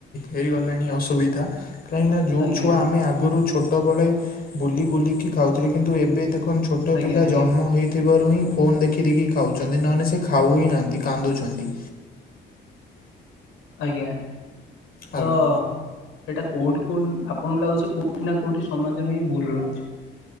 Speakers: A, on the left; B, on the left.
A: ହେଇଗଲାଣି ଅସୁବିଧା। କାହିଁକିନା ଯଉ
B: ଆଜ୍ଞା
A: ଛୁଆ ଆମେ ଆଗରୁ ଛୋଟବେଳେ ବୁଲି ବୁଲିକି ଖାଉଥିଲେ କିନ୍ତୁ ଏବେ ଦେଖ ଛୋଟ
B: ଆଜ୍ଞା
A: ପିଲା
B: ଆଜ୍ଞା
A: ଜନ୍ମ ହେଇଥିବା ରୁ ହିଁ ଫୋନ ଦେଖି ଦେକି ଖାଉଚନ୍ତି ନହେନେ ସିଏ ଖାଉ ହି ନାହାନ୍ତି କାନ୍ଦୁଛନ୍ତି।
B: ଆଜ୍ଞା ତ
A: ଆଜ୍ଞା
B: ସେଇଟା କୋଉଠି କୋଉ ଆପଣଙ୍କୁ ଲାଗୁଛି କୋଉଠି ନା କୋଉଠି ସମାଜର ହିଁ ଭୁଲ ରହୁଛି।